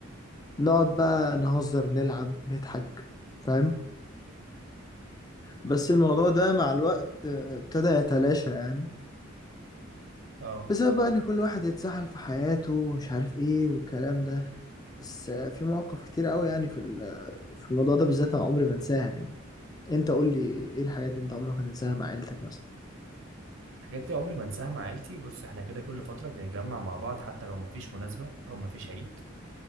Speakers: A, on the left; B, on the right.
A: نقعد بقى نهزر نلعب نضحك فاهم بس الموضوع ده مع الوقت آه، ابتدى يتلاشى يعني
B: اه
A: بسبب بقى ان كل واحد اتسحل في حياته ومش عارف ايه والكلام ده بس آه، في مواقف كتير قوي يعني في ال- في الموضوع ده بالذات انا عمري ما انساها يعني انت قول لي ايه الحاجات اللي انت عمرك ما تنساها مع عيلتك مثلا
B: الحاجات دي عمري ما انساها مع عيلتي بص احنا كده كل فترة بنتجمع مع بعض حتى لو مفيش مناسبة او مفيش عيد